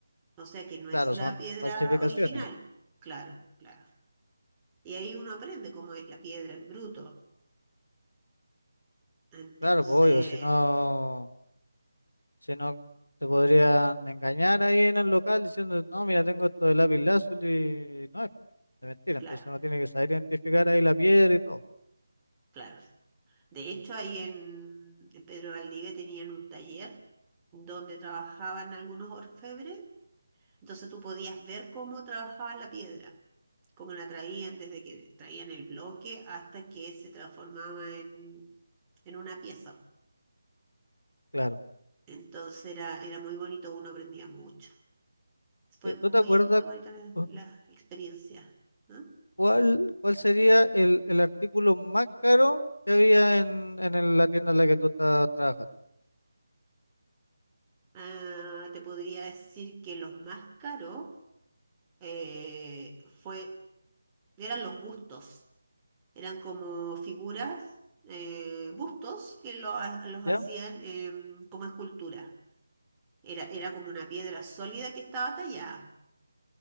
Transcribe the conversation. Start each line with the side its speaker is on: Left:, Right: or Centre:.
Right: o sea que no es
Left: claro,
Right: la
Left: son
Right: piedra
Left: falsificaciones.
Right: original, claro, claro. Y ahí uno aprende cómo es la piedra en bruto. Entonces,
Left: Claro, pues obvio, si no, si no te podrían engañar ahí en el local diciendo, no, mira, tengo esto de lápiz lazuli, y no es, es mentira,
Right: claro.
Left: entonces uno tiene que saber identificar ahí la piedra y todo.
Right: Claro. De hecho, ahí en, en Pedro Valdivia tenían un taller donde trabajaban algunos orfebres, entonces tú podías ver cómo trabajaban la piedra, cómo la traían desde que traían el bloque hasta que se transformaba en, en una pieza.
Left: Claro.
Right: Entonces era, era muy bonito, uno aprendía mucho. Fue
Left: Eh,
Right: muy,
Left: ¿Tú te acuerdas
Right: muy bonita la,
Left: cu-
Right: la experiencia, ¿no?
Left: cuál, cuál sería el, el artículo más caro que había en, en el- la tienda en la que tú estás trabajando?
Right: Ah, te podría decir que los más caros eh, fue eran los bustos, eran como figuras, eh, bustos que lo ha- los hacían
Left: ¿Ya?
Right: em, como escultura. Era, era como una piedra sólida que estaba tallada.